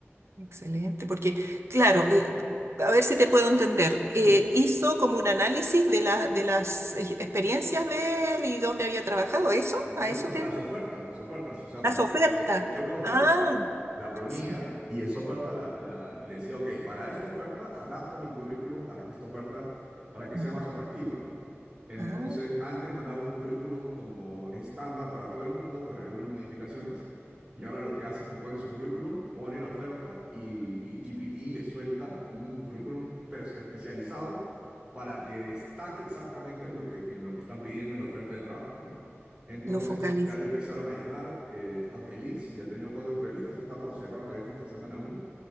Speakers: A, on the right; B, on the right.
A: excelente, porque claro, eh, a ver si te puedo entender, eh,
B: Sí.
A: hizo como un análisis de, la- de las eh, experiencias de él y dónde había trabajado, ¿eso?
B: No,
A: ¿A eso
B: no, no,
A: te
B: las ofertas, las ofertas. O sea,
A: Las
B: por ejemplo,
A: ofertas.
B: ve- veía una oferta,
A: Ah,
B: la ponía
A: sí.
B: y esa oferta la, la- le decía, ok, para esta oferta adapta mi currículum para que esta oferta, para que
A: Ajá.
B: sea más atractivo, ¿no? Entonces,
A: Ah,
B: antes mandaba un currículum como estándar para todo el mundo con algunas modificaciones y ahora lo que hace es que pone su currículum, pone la oferta y, y GPT le suelta un currículum pers- especializado para que destaque exactamente en lo que, en lo que están pidiendo en la oferta de trabajo, ¿no? Entonces
A: lo focaliza.
B: ya le empezaron a llamar, eh, está feliz, ya ha tenido cuatro entrevistas y está por cerrar, parece, esta semana una.